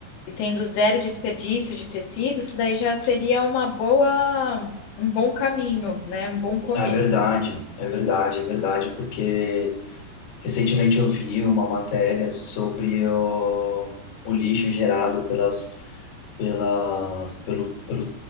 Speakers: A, on the left; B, on the left.
A: e tendo zero desperdício de tecido, isso daí já seria uma boa, um bom caminho, né? Um bom começo.
B: É verdade, é verdade, é verdade, porque recentemente eu vi uma matéria sobre o, o lixo gerado pelas, pelas, pelo, pelo,